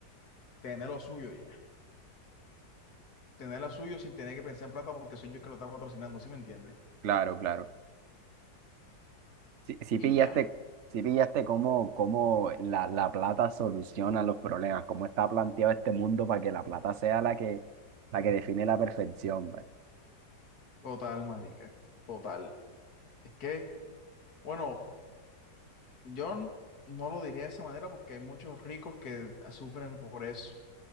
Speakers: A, on the left; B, on the right.
A: tener lo suyo ya. Tener lo suyo sin tener que pensar en plata porque soy yo el que lo está patrocinando, ¿sí me entiendes?
B: Claro, claro. Si si
A: Y
B: pillaste,
A: ya.
B: si pillaste cómo, cómo la, la plata soluciona los problemas, cómo está planteado este mundo para que la plata sea la que, la que define la perfección, ¿vale?
A: Total, marica. Total. Es que, bueno, yo n- no lo diría de esa manera porque hay muchos ricos que sufren por eso.